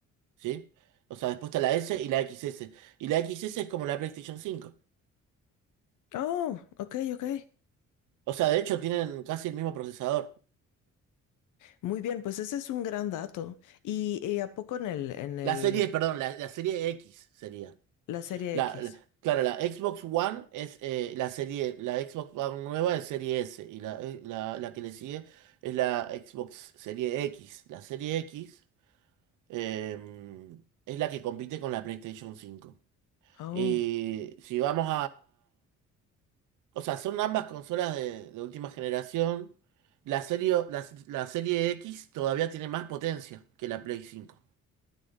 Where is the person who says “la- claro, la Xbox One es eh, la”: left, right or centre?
Right